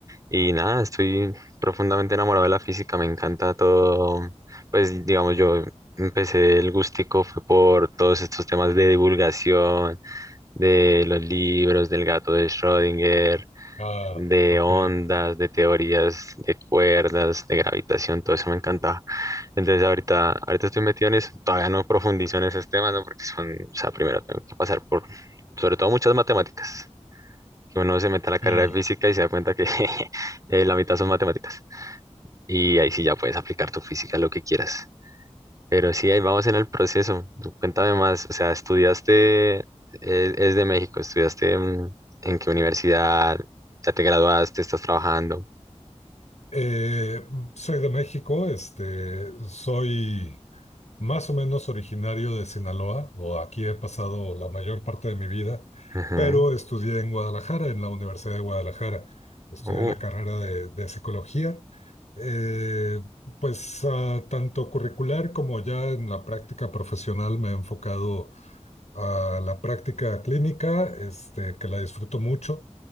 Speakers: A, on the right (about 30°); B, on the left (about 75°).
A: Y nada, estoy profundamente enamorado de la física, me encanta todo. Pues digamos, yo empecé el gustico fue por todos estos temas de divulgación, de los libros, del gato de Schrödinger,
B: ah,
A: de
B: ok.
A: ondas, de teorías, de cuerdas, de gravitación, todo eso me encantaba. Entonces ahorita, ahorita estoy metido en eso, todavía no profundizo en esos temas, ¿no? Porque son, o sea, primero tengo que pasar por, sobre todo muchas matemáticas que uno se meta a la carrera
B: Y
A: de física y se da cuenta que <laughs> eh, la mitad son matemáticas. Y ahí sí ya puedes aplicar tu física a lo que quieras. Pero sí, ahí vamos en el proceso. Tú Cuéntame más, o sea, estudiaste, eh, es, de México, estudiaste mm, en, qué universidad, ya te graduaste, estás trabajando.
B: eh, soy de México, este, soy más o menos originario de Sinaloa, o aquí he pasado la mayor parte de mi vida,
A: Ujú.
B: pero estudié en Guadalajara, en la Universidad de Guadalajara. Estudié
A: Uh,
B: la carrera de, de psicología, eh, pues ah, tanto curricular como ya en la práctica profesional me he enfocado a la práctica clínica, este, que la disfruto mucho.